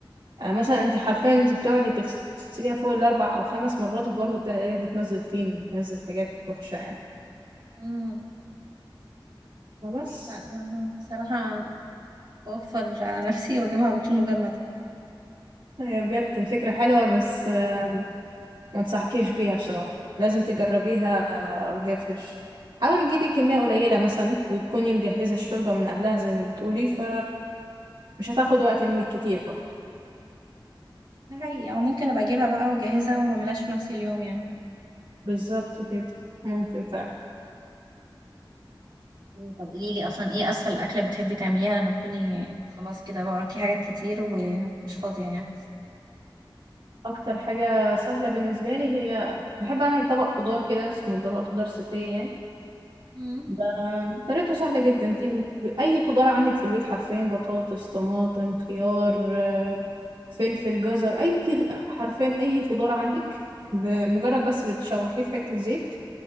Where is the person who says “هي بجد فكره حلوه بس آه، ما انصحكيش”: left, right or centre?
Right